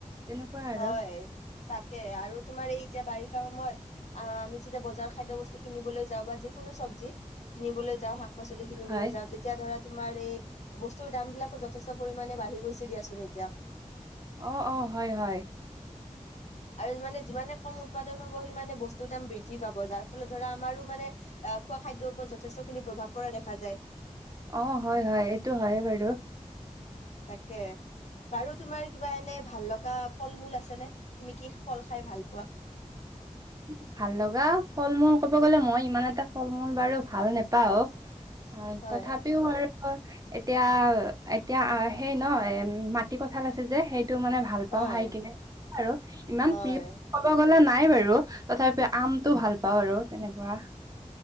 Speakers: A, on the right; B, on the left.
A: তেনেকুৱা আৰু
B: হয় তাকে আৰু তোমাৰ এই এতিয়া বাৰিষাৰ সময়ত- আ আমি যেতিয়া বজাৰৰ খাদ্য বস্তু কিনিবলৈ যাওঁ বা যিকোনো চব্জি কিনিবলৈ যাওঁ, শাক- পাচলি কিনিবলৈ
A: হয়
B: যাওঁতে- এতিয়া ধৰা তোমাৰ এই বস্তুৰ দাম বিলাকো যথেষ্ট পৰিমাণে বাঢ়ি গৈছে দিয়াচোন এতিয়া।
A: অঁ, অঁ, হয়, হয়।
B: আৰু মানে যিমানে কম উৎপাদন হ'ব, সিমানে বস্তুৰ দাম বৃদ্ধি পাব। যাৰ ফলত ধৰা আমাৰো মানে- আহ খোৱা খাদ্যৰ ওপৰত যথেষ্টখিনি প্ৰভাৱ পৰা দেখা যায়।
A: অঁ, হয়, হয়, এইটো হয়ে বাৰু।
B: তাকে, বাৰু তোমাৰ- কিবা এনে ভাল লগা ফল মূল আছে নে, তুমি কি ফল খাই ভাল পোৱা?
A: উম। ভাল লগা ফল মূল ক'ব গ'লে মই ইমান এটা ফল মূল বাৰু ভাল নেপাওঁ। অঁ
B: হয়
A: তথাপিও আৰু- এতিয়া এতিয়া আ সেই ন মাটি কঁঠাল আছে যে, সেইটো মানে ভাল। ভাল
B: হয়
A: পাওঁ খাই কিনে আৰু ইমান
B: হয়
A: প্ৰিয় ক'ব গ'লে নাই বাৰু। তথাপি আমটো ভাল পাওঁ আৰু তেনেকুৱা।